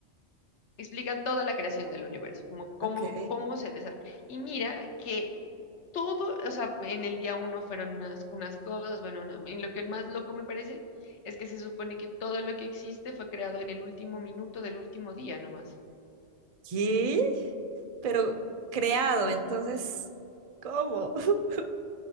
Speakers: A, on the left; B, on the right.
A: explican toda la creación del universo, como cómo,
B: Ok.
A: cómo se desarrolla. Y mira que todo, o sea, en el día uno fueron unas, unas cosas, bueno, una- y lo que más loco me parece es que se supone que todo lo que existe fue creado en el último minuto del último día nomás.
B: ¿Qué? Pero creado,
A: Ujú.
B: entonces, ¿cómo? <laughs>